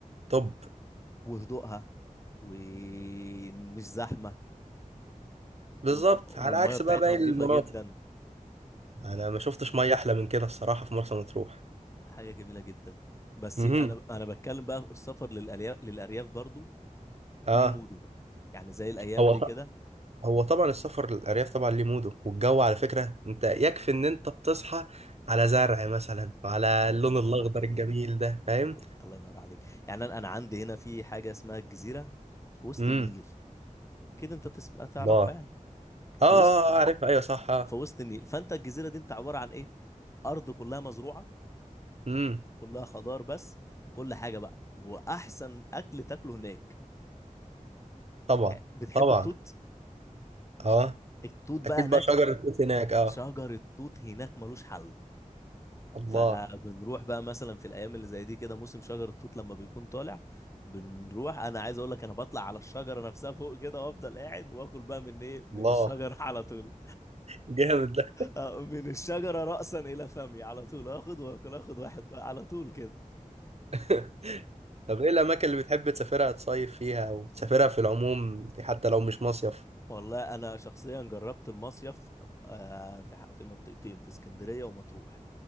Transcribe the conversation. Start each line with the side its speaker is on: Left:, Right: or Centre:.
Right: طب
Left: وهدوءها ومش زحمة
Right: بالظبط
Left: وال... والمية
Right: على عكس
Left: بتاعتها
Right: بقى باقي
Left: نظيفة
Right: المناطق
Left: جدا
Right: أنا ما شفتش مية أحلى من كده الصراحة في مرسى مطروح
Left: حاجة جميلة جدا بس
Right: امم
Left: انا انا بتكلم بقى السفر للأرياف للأرياف برضو
Right: اه
Left: ليه موده يعني زي الايام
Right: هو
Left: دي
Right: ط-
Left: كده
Right: هو طبعا السفر للأرياف طبعا ليه موده والجو على فكرة أنت يكفي إن أنت بتصحى على زرع مثلا وعلى
Left: الله
Right: اللون
Left: ينور
Right: الأخضر
Left: عليك
Right: الجميل ده فاهم
Left: الله ينور عليك يعني انا أنا عندي هنا في حاجة اسمها الجزيرة في وسط
Right: امم
Left: النيل كده انت تسمع تعرفها
Right: الله اه
Left: يعني في
Right: اه
Left: وسط
Right: آه، عارف أيوه صح
Left: في وسط النيل فانت الجزيره دي انت عباره عن ايه ارض كلها مزروعه
Right: امم
Left: كلها خضار بس كل حاجه بقى واحسن اكل تاكله هناك
Right: طبعا
Left: يعني بتحب
Right: طبعا
Left: التوت
Right: اه
Left: التوت بقى
Right: اكيد
Left: هناك
Right: بقى شجر التوت هناك اه
Left: شجر التوت هناك ملوش حل
Right: الله
Left: فبنروح بقى مثلا في الايام اللي زي دي كده موسم شجر التوت لما بيكون طالع بنروح انا عايز اقول لك انا بطلع على الشجره نفسها فوق كده وافضل قاعد واكل بقى من ايه من
Right: الله
Left: الشجر على طول
Right: جامد ده
Left: آه، من الشجرة رأسا إلى فمي على طول آخد وآكل آخد واحد على طول كده
Right: <laughs> طب ايه الاماكن اللي بتحب تسافرها تصيف فيها او تسافرها في العموم حتى لو مش مصيف
Left: والله أنا شخصيا جربت المصيف آه، في ح- في منطقتين في اسكندرية ومطروح